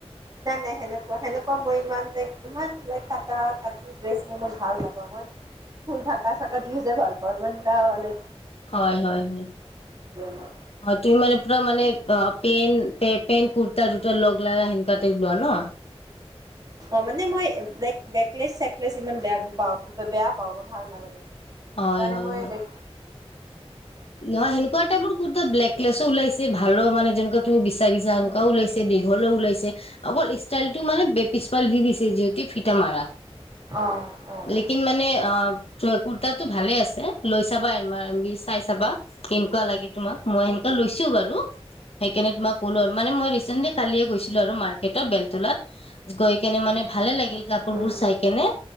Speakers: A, on the right (about 35°); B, on the left (about 65°).
A: নাই নাই সেনেকোৱা সেনেকোৱা মোৰ ইমান নাই ইমান লাইক কাটা কাটি ডেছ মই ইমান ভাল নাপাওঁ মই ফুল ঢকা চাতইজে ভাল পাওঁ ইমান টা হলে
B: হয় হয় হয়
A: মোৰ
B: হয় তুমি মানে পুৰা মানে অ। পেন পেন কুৰ্তা তুৰ্তা লগ লগা সেনেুৱা টাইপ লোৱা ন?
A: অ মানে মই লাইক নেকলেচ চেকলেচ ইমান বেয়াপাওঁ বেয়া পাওঁ ম ভাল নালাগে মোৰ। সেইকাৰণে
B: হয় হয়
A: মই
B: হয়
A: ল
B: নহয় সেনেকুৱা টাইপৰ কুতা ব্লেকলেছো ওলাইছে। ভালো মানে যেনেক বিচাৰিছা এনেকুৱও
A: উম
B: ওলাইছে দীঘলে ওলাইছে অকল ষ্টাইল টো মানেে পিছপাল দি দিছে। যিহতি ফিটা মাৰা।
A: অ' অ'
B: লেকিন মানে অ কুৰ্তাটো ভালে আছে। লৈ চাবা এবাৰ <inaudible> চাই। <unintelligible> কেনেকুৱ লাগে তোমক? মই সেনেকা লৈছো বাৰু। সেইকাৰনে তোমাক ক'লো আৰু মানে মই ৰিচেন্টলি কালিয়ে গৈছিলো আৰু মাৰ্কেটত, বেলতলাত গৈ কেনে মানে ভালে লাগিল। গিল কাপ। ক
A: উম
B: বোৰ চাই কেনে